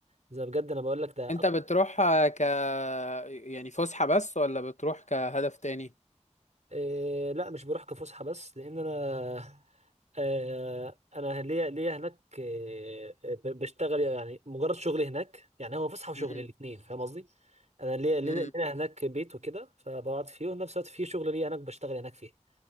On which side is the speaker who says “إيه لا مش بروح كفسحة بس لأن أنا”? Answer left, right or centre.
Right